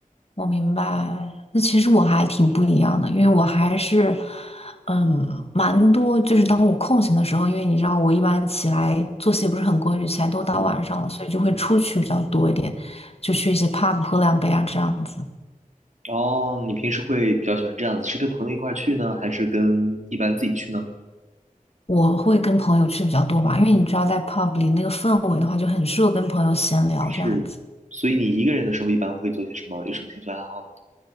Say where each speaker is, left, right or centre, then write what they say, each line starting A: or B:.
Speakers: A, on the left; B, on the right.
A: 我明白。那其实我还挺不一样的，因为我还是，嗯，蛮多。就是当我空闲的时候，因为你知道我一般起来作息也不是很规律，起来都到晚上了，
B: 嗯。
A: 所以就会出去比较多一点，
B: 嗯，
A: 就去一些 pub 喝两杯啊这样子。
B: 然后你平时会比较喜欢这样子，是跟朋友一块儿去呢，还是跟一般自己去呢？
A: 我会跟朋友去比较多吧，因为你知道，在 pub 里那个氛围的话，就很适合跟朋友闲聊这样子。
B: 是，所以你一个人的时候一般会做些什么？有什么兴趣爱好呢？